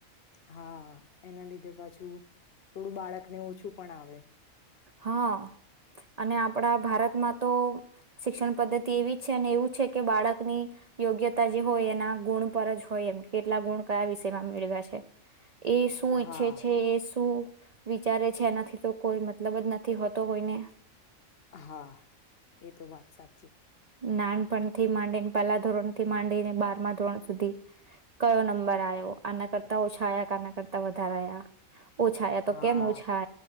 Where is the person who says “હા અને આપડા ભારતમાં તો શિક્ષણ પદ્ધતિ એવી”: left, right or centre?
Right